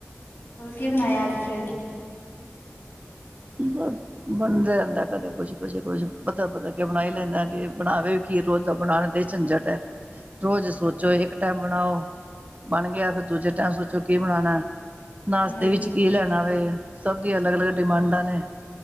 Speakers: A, on the left (about 50°); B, on the right (about 35°).
A: ਹੋਰ ਕੀ ਬਣਾਇਆ ਅੱਜ ਫਿਰ?
B: ਬ ਬਣਦਾ ਰਹਿੰਦਾ ਕਦੇ ਕੁਛ ਕੁਛ ਕੁਝ ਬਦਲ ਬਦਲ ਕੇ ਬਣਾਈ ਲੈਂਦਾ ਕਿ ਬਣਾਵੇ ਕੀ, ਰੋਜ਼ ਦਾ ਬਣਾਨ ਤੇ ਝੰਜਟ ਹੈ। ਰੋਜ਼ ਸੋਚੋ ਇੱਕ ਟਾਈਮ ਬਣਾਓ। ਬਣ ਗਿਆ। ਫ਼ਿਰ ਦੂਜੇ ਟਾਈਮ ਸੋਚੋ ਕੀ ਬਣਾਉਣਾ? ਨਾਸ਼ਤੇ
A: ਹਮ
B: ਵਿੱਚ ਕੀ ਲੈਣਾ ਵੇ। ਸਭ ਦੀਆਂ ਅਲੱਗ -ਅਲੱਗ ਡਿਮਾਂਡਾਂ ਨੇ।